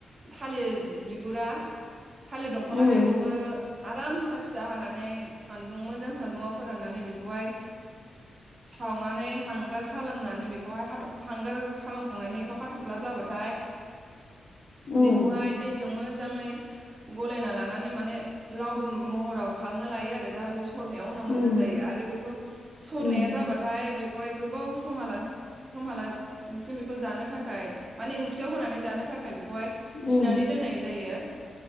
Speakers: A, on the right (about 35°); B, on the left (about 55°).
A: थालिर बिगुरा थालिर दंफाङा
B: उम
A: बेखौबो आराम फिसा-फिसा हाना नै सान्दुं मोजां सान्दुङाव फोराननानै बेखौहाय सावनानै हांगार खालामनानै बेखौहाय हाथ हांगारजो खालामखांनानै इखौ हाथ'फ्ला जाबाथाय।
B: उम
A: बेखौहाय दैजोंमो जाङै गलायना लानानै माने लाव दुम महराव खालामना लायो आरो जाहाथे सरनायाव उनाव मोजां
B: उम
A: जायो आरो बेखौ सरनाया
B: उम
A: जाबाथाय बेखौहाय गोबाव समहालास समहाला ओंसिम बेखौ जानो थाखाय माने ओंख्रियाव होनानै जानो थाख थाखाय बेखौहाय
B: उम
A: थिनानै
B: उम
A: दोननाय जायो।